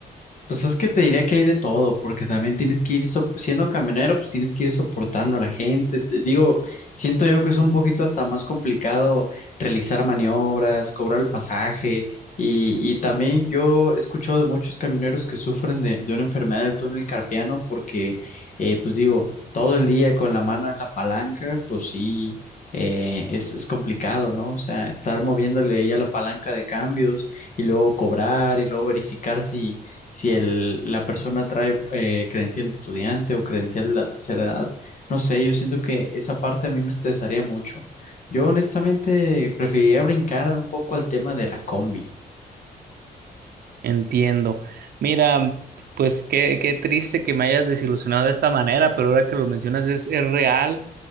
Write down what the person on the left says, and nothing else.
Pues es que te diría que hay de todo, porque también tienes que ir, sop- siendo camionero, pues tienes que ir soportando a la gente. Te Digo, siento yo que es un poquito hasta más complicado realizar maniobras, cobrar el pasaje, y, y también yo he escuchado de muchos camioneros que sufren de, de una enfermedad del túnel carpiano, porque, eh, pues digo, todo el día con la mano en la palanca, pues sí, eh, es, es complicado, ¿no? O sea, estar moviéndole ahí a la palanca de cambios y luego cobrar y luego verificar si si el, la persona trae eh, credencial de estudiante o credencial de la tercera edad. No sé, yo siento que esa parte a mí me estresaría mucho. Yo honestamente preferiría brincar un poco al tema de la combi.